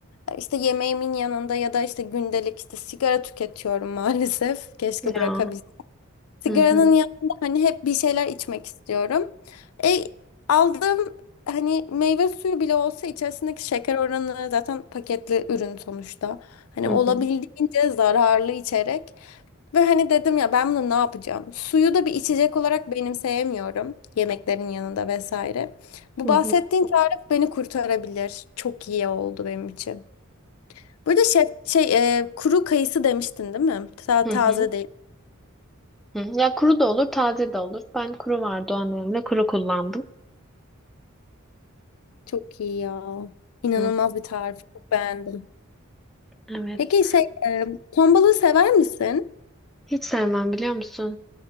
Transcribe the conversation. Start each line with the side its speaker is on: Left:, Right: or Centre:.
Left: e, işte yemeğimin yanında ya da işte gündelik işte sigara tüketiyorum <laughs> maalesef. Keşke
Centre: Ya.
Left: bırakabilsem. Sigaranın
Centre: Hı hı.
Left: yanında hani hep bir şeyler içmek istiyorum. E, aldığım hani meyve suyu bile olsa içerisindeki şeker oranı zaten paketli ürün sonuçta. Hani
Centre: Hı
Left: olabildiğince
Centre: hı.
Left: zararlı içerek ve hani dedim ya ben bunu ne yapacağım? Suyu da bir içecek olarak benimseyemiyorum yemeklerin yanında vesaire. Bu
Centre: Hı hı.
Left: bahsettiğin tarif beni kurtarabilir. Çok iyi oldu benim için. Burada şef şey e, kuru kayısı demiştin değil mi? Ta
Centre: Hı
Left: taze
Centre: hı.
Left: değil.
Centre: Hı. Ya kuru da olur, taze de olur. Ben kuru vardı o annemle kuru kullandım.
Left: Çok iyi ya. İnanılmaz
Centre: Hı.
Left: bir tarif. Çok beğendim.
Centre: Evet.
Left: Peki şey, e, ton balığı sever misin?
Centre: Hiç sevmem biliyor musun?